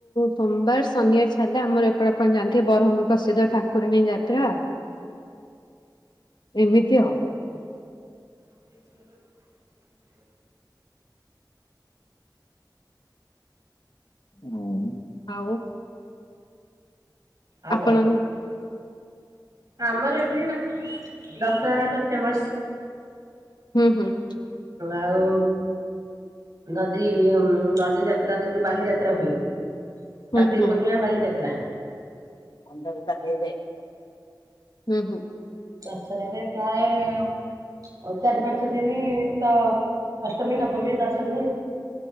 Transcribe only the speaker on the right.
<unintelligible>
ଆଗ?
ଆମର ଏଠି ଦଶହରା ତ ଫେମସ।
ଆଉ ନଦୀ ନଦୀ ଯାତ୍ରା ଯୋଉ ବାଲିଯାତ୍ରା ହୁଏ।
କାର୍ତ୍ତିକ
ପୂର୍ଣ୍ଣିମା ବାଲିଯାତ୍ରା।
ଦଶହରାରେ ପ୍ରାୟ ଚାରି ପାଞ୍ଚ ଦିନ ତ ଅଷ୍ଟମୀ, ନବମୀ, ଦଶମୀ